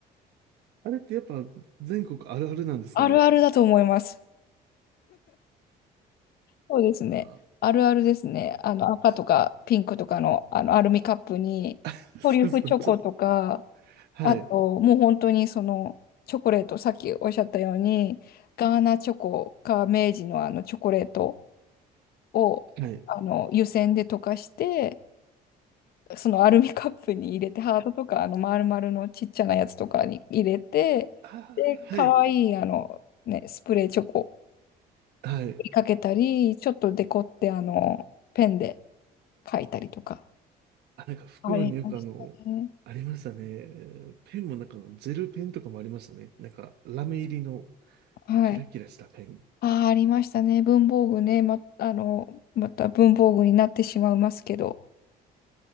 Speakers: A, on the right; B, on the left.
A: あれってやっぱ全国あるあるなんですかね。
B: あるあるだと思います。そうですね。
A: あ
B: あるあるですね。あの赤とかピンクとかの、あのアルミカップにトリュフチョコとか、
A: ー <laughs>、そうそう、ちょっと、はい、
B: あともう本当にそのチョコレート、さっきおっしゃったように、ガーナチョコか明治のあのチョコレートをあの湯煎で溶かして、
A: はい。
B: そのアルミカップに入れて、ハートとか、あの、丸々のちっちゃなやつとかに入れて、
A: ああはい、
B: で、可愛い、あの、ね、スプレーチョコ
A: はい。
B: にかけたり、ちょっとデコって、あの、ペンで書いたりとか。
A: あ、なんか袋によくあの、
B: ありましたね。
A: ありましたね。ペンもなんかあのジェルペンとかもありましたね。なんかラメ入りの。
B: はい。
A: キラキラしたペン。
B: ああ、ありましたね。文房具ね。ま、あの、また文房具になってしまいますけど、